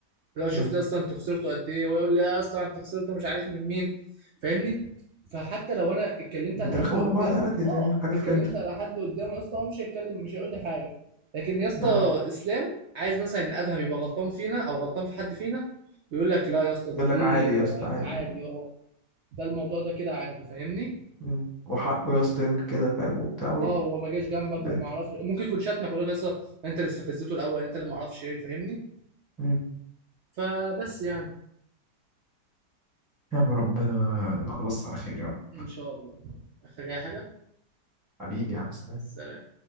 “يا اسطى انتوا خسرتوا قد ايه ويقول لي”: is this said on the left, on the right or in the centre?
Right